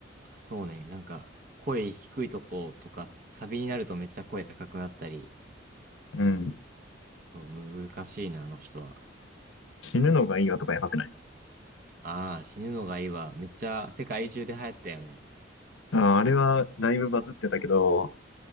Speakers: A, on the right; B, on the left.
A: そうね、なんか、声低いとことか、サビになるとめっちゃ声高くなったり、
B: うん。
A: そう、難しいな、あの人は。
B: 死ぬのがいいわとかやばくない
A: ああ、死ぬのがいいわ。めっちゃ世界中で流行ったよね。
B: あー、あれはだいぶバズってたけど、